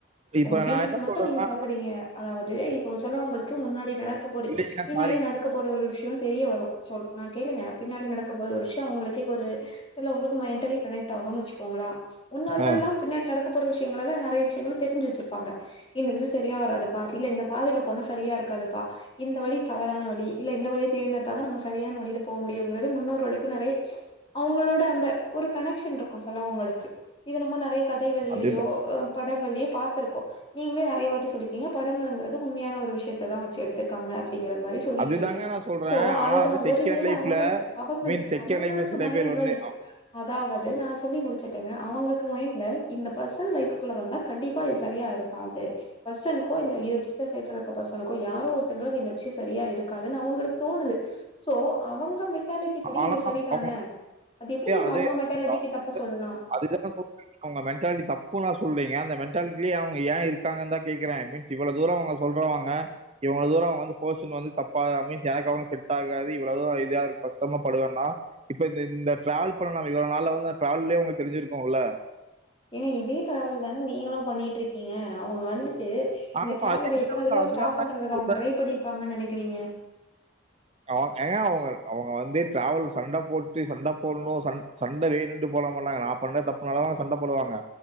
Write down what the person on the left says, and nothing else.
உங்க ஃபீலிங்ஸ்
மட்டும்
நீங்க பாக்றீங்க அதாவது இப்போ செலவங்களுக்கு முன்னாடி நடக்க போர
பின்னாடி
நடக்க போற ஒரு விஷயோ தெரிய வரு சொ நா கேளுங்க பின்னாடி நடக்க இப்ப விஷயோ உங்களுக்கே ஒரு உங்களுக்கு மெண்டல்லி கனெக்ட் ஆகும்னு வச்சுக்கோங்களா முன்னோர்கள்ல்லா
பின்னாடி நடக்க போற விஷயங்கலாம் நெறைய விஷயங்கள் தெரிஞ்சு வெச்சிருப்பாங்க இந்த விஷயம் சரியா வராதுப்பா இல்ல இந்த பாதைல போனா செரியா இருக்காதுப்பா இந்த வழி தவறான வழி இல்ல இந்த வழிய தேர்தேடுத்தா தான் நம்ம சரியான வழியில போ முடியுங்கறத முன்னோரு உழக்கும் நெறைய அவங்களோட அந்த ஒரு கனெக்ஷன் இருக்கும் சிலவுங்களுக்கு இது நம்ம நெறைய கதைகள்லயோ
படங்கள்லயோ பாத்திருக்கோம் நீங்களே நெறைய வாட்டி சொல்லிருக்கீங்க படங்களங்குறது உண்மையான ஒரு விஷயத்த தான் வச்சு எடுத்திருக்காங்க அப்டிங்கறது மாறி சொல்லியிருக்கீங்க
சோ
அதுதான்
ஒருவேள
அவங்களுக்கு அவங்களுக்கு
அவங்களுக்கு
மை
அட்வைஸ்
அதாவது நான் சொல்லி முடிச்சேருங்க அவங்களுக்கு மைண்ட்ல இந்த பர்சன் லைப்க்குள்ள வந்தா கண்டிப்பா இது சரியா இருக்கு காது பர்சன்க்கோ இல்ல எதுத்த சைட்டு இருக்க பர்சனுக்கோ யாரோ ஒருத்தங்களுக்கு இந்த விஷயம் சரியா இருக்காதுன்னு அவங்களுக்கு தோணுது சோ அவங்க மென்டாலி ட்டிப்படி
இது சரிதானே
அது எப்டி நீங்க
அவங்க மெட்டாலிட்டிக்கு
தப்பு சொல்லலாம்
ஏங்க இதே டிராவல் தானே நீங்களும் பண்ணிட்டு இருக்கீங்க அவங்க வந்துட்டு
இந்த டிராவல
எத்தன தடவ
ஸ்டாப் பண்றது
அவங்க ட்ரை பண்ணிருப்பாங்கனு நினைக்கிறீங்க